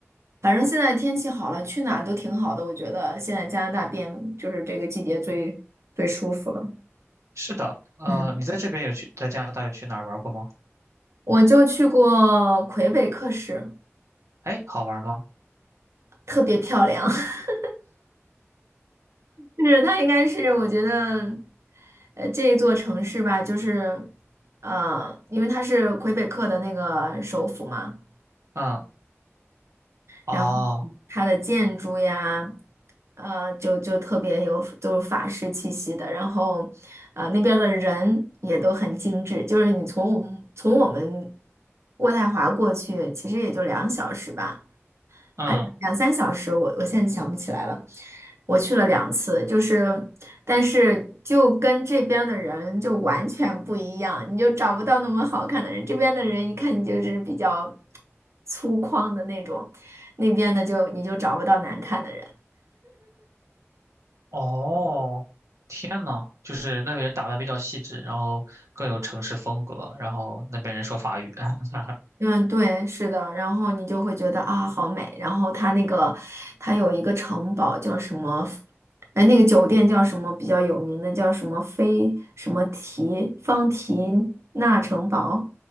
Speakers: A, on the right (about 65°); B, on the right (about 80°).
A: 反正现在天气好了，去哪儿都挺好的。我觉得现在加拿大变就是这个季节最最舒服了。
B: 是的，呃，
A: 嗯，
B: 你在这边有去，在加拿大有去哪儿玩过吗？
A: 我就去过魁北克市，
B: 哎，好玩吗？
A: 特别漂亮。<laughs> 就是它应该是我觉得，呃，这一座城市吧，就是，呃，因为它是魁北克的那个首府嘛。
B: 嗯，哦，
A: 然后它的建筑呀，呃，就就特别有就是法式气息的。然后，呃，那边儿的人也都很精致，就是你从我们从我们渥太华过去，其实也就两小时吧。
B: 嗯，
A: 啊，两三小时我，我现在想不起来了。我去了两次，就是，但是就跟这边的人就完全不一样，你就找不到那么好看的人。这边的人一看你就是比较粗犷的那种，那边的就你就找不到难看的人。
B: 哦，天呐，就是那边人打的比较细致，然后更有城市风格，然后那边人说法语。<laughs>
A: 嗯，对，是的，然后你就会觉得啊，好美。然后它那个，它有一个城堡叫什么？哎，那个酒店叫什么？比较有名的叫什么菲什么提方提纳城堡，